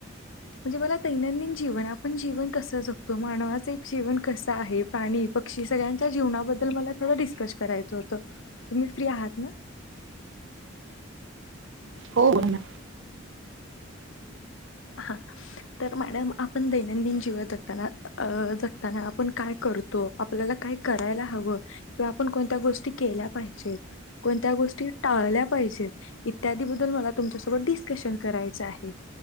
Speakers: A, on the left; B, on the right.
A: म्हणजे मला दैनंदिन जीवन आपण जीवन कसं जगतो मानवाचं एक जीवन कसं आहे प्राणी पक्षी सगळ्यांच्या जीवनाबद्दल मला थोडं डिस्कस करायचं होतं तुम्ही फ्री आहात ना?
B: हो बोल ना.
A: हा तर मॅडम आपण दैनंदिन जीवन जगताना अ जगताना आपण काय करतो आपल्याला काय करायला हवं किंवा आपण कोणत्या गोष्टी केल्या पाहिजेत कोणत्या गोष्टी टाळल्या पाहिजेत इत्यादी बद्दल मला तुमच्यासोबत डिस्कशन करायचं आहे.